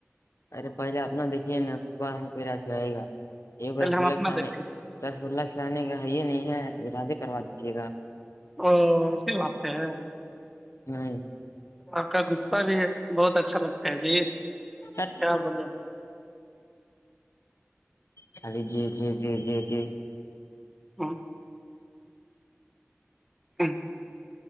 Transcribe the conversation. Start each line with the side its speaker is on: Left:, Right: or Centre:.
Left: ارے پہلے اپنا دیکھیے نا اس کے بعد ہم کو علاج کرائے گا ایک بار
Centre: پہلے
Left: کے
Centre: ہم
Left: گلگلا
Centre: اپنا
Left: سامنے
Centre: دیکھیں
Left: رسگلہ کھلانے کا کا ہے یہ نہیں ہے علاج کروا دیجیے گا
Centre: اوہ ایسی بات ہے
Left: نہیں
Centre: آپ کا غصہ بھی بہت اچھا لگتا ہے جی
Left: <inaudible>
Centre: کیا بولے
Left: خالی جی جی جی جی جی
Centre: ہاں ہوں